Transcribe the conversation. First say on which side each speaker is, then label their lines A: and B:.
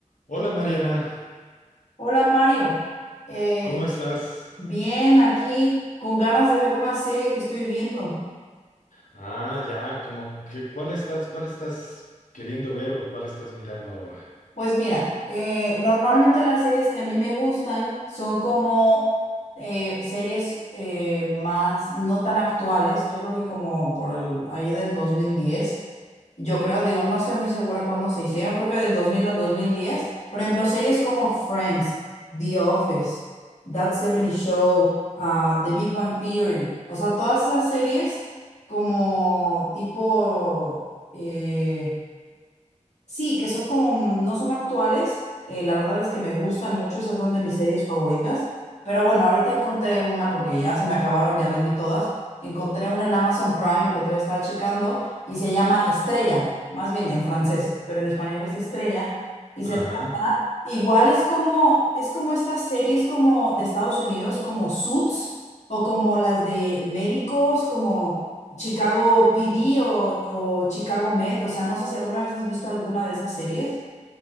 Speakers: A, on the left; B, on the left.
A: Hola Mariana,
B: Hola Mario, Eh,
A: ¿cómo estás?
B: bien aquí con ganas de ver una serie que estoy viendo.
A: Ah, ya, como que, ¿cuál estás, cuál estás queriendo ver o cuál estás mirando ahora?
B: Pues mira, eh, normalmente las series que a mí me gustan son como eh, series eh, más no tan actuales, yo creo que como por el, ahí del 2010. yo creo, digo, no estoy muy segura cuándo se hicieron, creo que del 2000 al 2010. por ejemplo, series como Friends, The Office, That 70 Show, ah, The Big Bang Theory, o sea, todas esas series como tipo... eh, Sí, que son como, mm, no son actuales. eh, la verdad es que me gustan mucho, esas son de mis series favoritas. Pero bueno, ahorita encontré una, porque ya se me acabaron, ya las vi todas. Encontré una en Amazon Prime, el otro día estaba checando, y se llama Estrella, más bien en francés, pero en español es Estrella. Y se
A: Ajá.
B: trata, igual es como, es como estas series como de Estados Unidos, como Suits, o como las de médicos, como Chicago PD o, o Chicago Med, o sea, no sé si alguna vez has visto alguna de esas series.